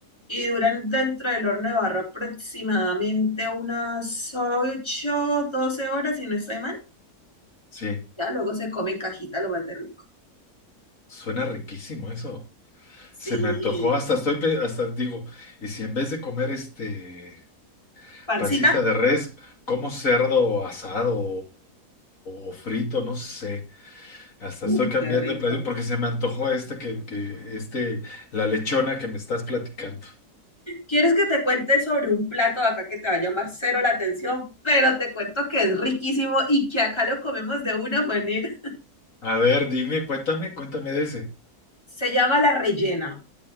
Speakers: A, on the left; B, on the left.
A: Y duran dentro del horno de barro aproximadamente unas 8 12 horas, si no estoy mal.
B: sí.
A: Ya luego se come en cajita lo más de rico.
B: Suena riquísimo eso. Se
A: Sí,
B: me antojó, hasta estoy, pe- hasta digo, y si en vez de comer este
A: pancita.
B: pancita de res, como cerdo asado o, o- o frito, no sé, hasta
A: Uy,
B: estoy cambiando
A: qué rico.
B: de platillo porque se me antojó este que, que este, la lechona que me estás platicando.
A: ¿Quieres que te cuente sobre un plato de acá que te va a llamar cero la atención? Pero te cuento que es riquísimo y que acá lo comemos de una manera.
B: A ver, dime, cuéntame, cuéntame de ese.
A: Se llama la rellena.